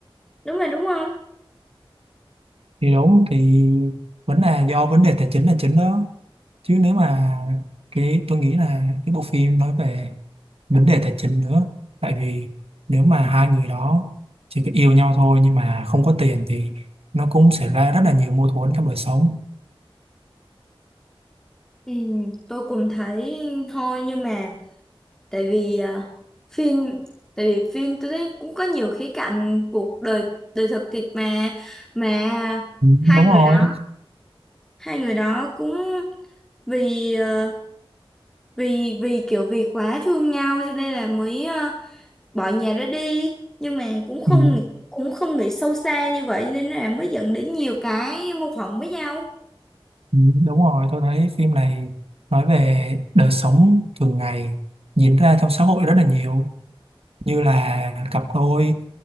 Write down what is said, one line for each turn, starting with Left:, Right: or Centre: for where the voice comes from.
Centre: đúng mà đúng không?
Right: thì đúng thì vẫn là do vấn đề tài chính là chính đó chứ nếu mà cái tôi nghĩ là cái bộ phim nói về vấn đề tài chính nữa tại vì nếu mà hai người đó chỉ có yêu nhau thôi nhưng mà không có tiền thì nó cũng xảy ra rất là nhiều mâu thuẫn trong đời sống
Centre: Ừ, tôi cũng thấy thôi nhưng mà tại vì à, phim tại vì phim tôi thấy cũng có nhiều khía cạnh cuộc đời đời thực thiệt mà mà
Right: Ừ,
Centre: hai
Right: đúng
Centre: người
Right: rồi
Centre: đó hai người đó cũng vì ờ, vì vì kiểu vì quá thương nhau cho nên là mới ờ, bỏ nhà ra đi nhưng mà cũng không
Right: Ừ,
Centre: cũng không nghĩ sâu xa như vậy nên là mới dẫn đến nhiều cái mâu thuẫn với nhau
Right: Ừ, Đúng rồi, tôi thấy phim này nói về đời sống thường ngày diễn ra trong xã hội rất là nhiều như là cặp đôi